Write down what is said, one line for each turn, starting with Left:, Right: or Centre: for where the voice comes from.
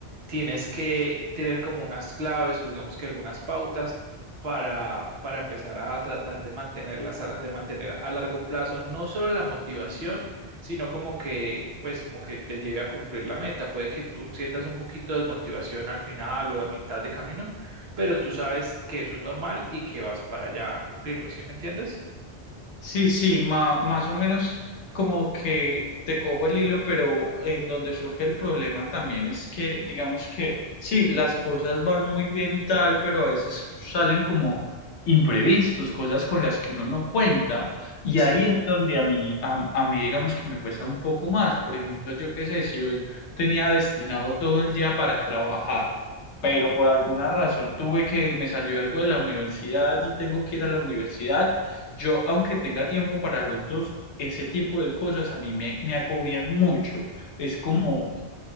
Right: tienes que tener como unas claves o digamos que algunas pautas para, para empezar a tratar de mantenerlas a la- de mantener a largo plazo no solo la motivación, sino como que pues como que te lleve a cumplir la meta. Puede que tú sientas un poquito de desmotivación al final o a mitad de camino, pero tú sabes que eso es normal y que vas para allá a cumplirlo, ¿sí me entiendes?
Left: Sí, sí, ma- más o menos como que te cojo el hilo, pero en donde surge el problema también es que, digamos que, sí, las cosas van muy bien y tal, pero a veces salen como imprevistos, cosas con las que uno no cuenta, y
Right: Sí.
Left: ahí es donde a mí, a, a mí, digamos que me cuesta un poco más. Por ejemplo, yo qué sé, si hoy tenía destinado todo el día para trabajar. pero por alguna razón tuve que, me salió algo de la universidad y tengo que ir a la universidad, yo, aunque tenga tiempo para los dos, ese tipo de cosas a mí me, me agobian mucho. Es como,